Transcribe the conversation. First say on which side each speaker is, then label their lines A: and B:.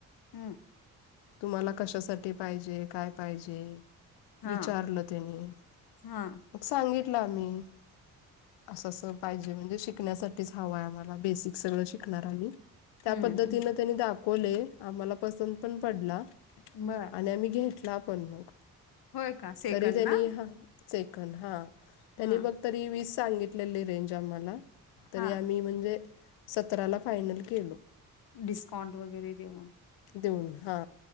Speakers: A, on the left; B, on the left.
A: हम्म.
B: तुम्हाला कशासाठी पाहिजे? काय पाहिजे.?
A: हा
B: विचारले तेन्ही, त्यांनी
A: हा
B: मग सांगितलं आम्ही. अस अस पाहिजे. म्हणजे शिकण्यासाठीच हव आहे आम्हाला. बेसिक सगळ शिकणार आम्ही. त्या
A: हम्म
B: पद्धतीने
A: हम्म
B: त्यांनी दाखवले. आम्हाला पसंत पण पडला.
A: मग
B: आणि आम्ही घेतला पण मग.
A: होय का सेकंड
B: तरी त्यांनी,
A: ना
B: हा सेकंड हा. त्यांनी
A: हा
B: बघ तरी वीस सांगितलेली रेंज आम्हाला. तरी
A: हा
B: आम्ही म्हणजे सतराला फायनल केलो.
A: डिस्काउंट वगैरे देऊन.
B: देऊन हा.